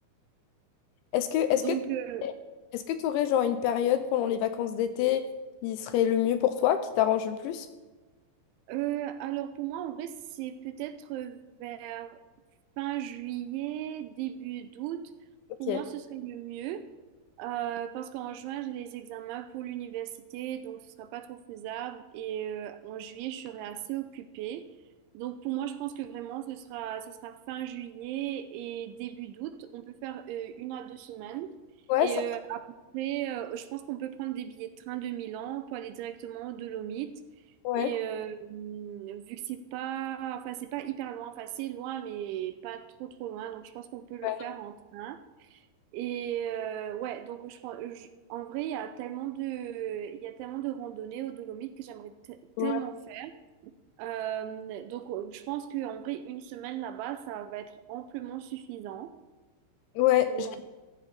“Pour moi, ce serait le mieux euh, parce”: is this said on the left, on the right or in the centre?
Right